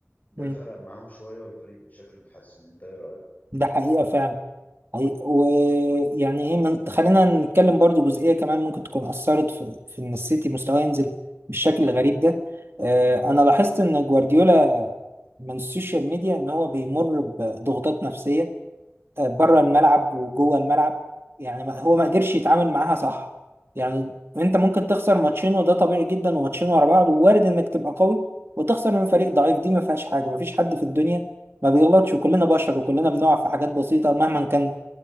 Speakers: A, on the left (about 40°); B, on the right (about 60°).
A: ده
B: مم.
A: فرق معاهم شوية والفريق شكله اتحسن انت ايه رأيك؟
B: ده حقيقة فعلا هي- ويعني ايه من... خلينا نتكلم برضو جزئية كمان ممكن تكون أثرت في, في إن السيتي مستواه ينزل بالشكل الغريب ده آه، أنا لاحظت إن جوارديولا من السوشيال ميديا إن هو بيمر بضغوطات نفسية آه، بره الملعب وجوه الملعب يعني ما- هو ما قدرش يتعامل معاها صح يعني أنت ممكن تخسر ماتشين وده طبيعي جدا وماتشين ورا بعض ووارد إنك تبقى قوي وتخسر من فريق ضعيف دي ما فيهاش حاجة ما فيش حد في الدنيا ما بيغلطش وكلنا بشر وكلنا بنقع في حاجات بسيطة مهما كان